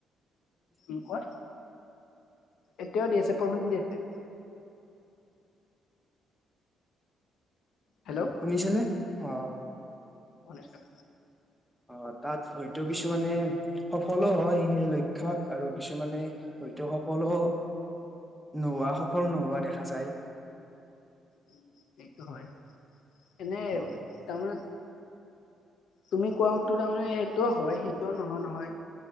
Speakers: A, on the left (about 75°); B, in the centre.
A: ও কোৱা, এতিয়াও দি আছে প্ৰব্লেম দি আছে। হেল্ল'
B: শুনিছে নে, অ,
A: অনিষ্টৰ।
B: অ, তাত হয়তো কিছুমানে সফলো হয়, সেই লক্ষ্যত আৰু কিছুমানে হয়তো সফলো নোহোৱা সফল নোহোৱা দেখা যায়।
A: উম, সেইটো হয়, এনে
B: হয়
A: তাৰমানে তুমি কোৱাতো তাৰমানে সেইটোও হয় সেইটোও নহয় - নহয়।